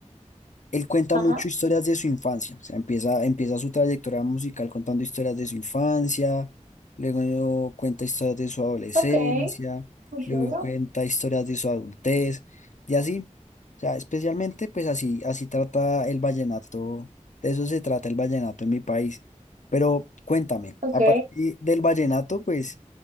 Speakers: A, on the left; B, on the right.
A: Él cuenta
B: ajá.
A: mucho historias de su infancia, o sea, empieza, empieza su trayectoria musical contando historias de su infancia, luego cuenta historias de su adolescencia,
B: Ok, muy
A: luego
B: chulo.
A: cuenta historias de su adultez, y así, o sea, especialmente pues así, así trata el vallenato, de eso se trata el vallenato en mi país. Pero cuéntame,
B: Ok.
A: a partir del vallenato, pues,